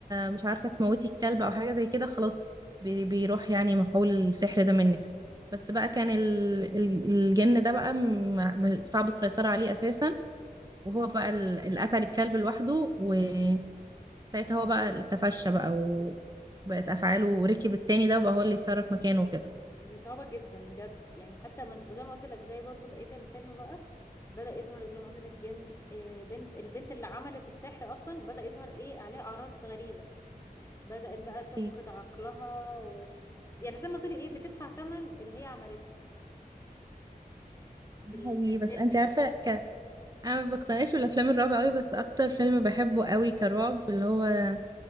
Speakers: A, on the right; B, on the left.
A: مش عارفة تموتي الكلب أو حاجة زي كده خلاص بي- بيروح يعني مفعول السحر ده منك بس بقى كان ال- ال- الجن ده بقى م- م- صعب السيطرة عليه أساسا وهو بقى ال- اللي قتل الكلب لوحده وساعتها هو بقى اللي تفشى بقى وبقت أفعاله وركب التاني ده وبقى هو اللي يتصرف مكانه وكده
B: دي صعبة جدا بجد يعني حتى ما- زي ما قلت لك زي برضو بقية الفيلم بقى بدأ يظهر زي ما قلت لك جن آه، بنت البنت اللي عملت السحر أصلا بدأ يظهر ايه عليها أعراض غريبة بدأت بقى
A: اوكي
B: تفقد عقلها و... يعني زي ما تقولي ايه بتدفع ثمن اللي هي عملته
A: ده
B: في ال-
A: حقيقي
B: في الفيلم
A: بس انت
B: يعني
A: عارفه ك... انا ما بقتنعش بالافلام الرعب قوي بس اكتر فيلم بحبه قوي كرعب اللي هو